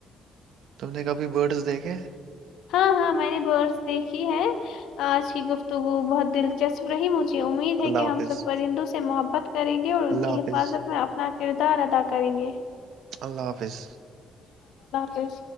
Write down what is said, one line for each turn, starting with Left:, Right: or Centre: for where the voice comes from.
Right: تم نے کبھی برڈز دیکھے
Left: ہاں ہاں میں نے برس دیکھی ہے آج کی گفتگو بہت دلچسپ رہی مجھے امید ہے
Right: اللہ
Left: کہ ہم
Right: حافظ
Left: سب پرندوں سے محبت کریں گے اور ان
Right: اللہ
Left: کی
Right: حافظ
Left: حفاظت میں اپنا کردار ادا کر کریں گے
Right: اللہ حافظ
Left: ایس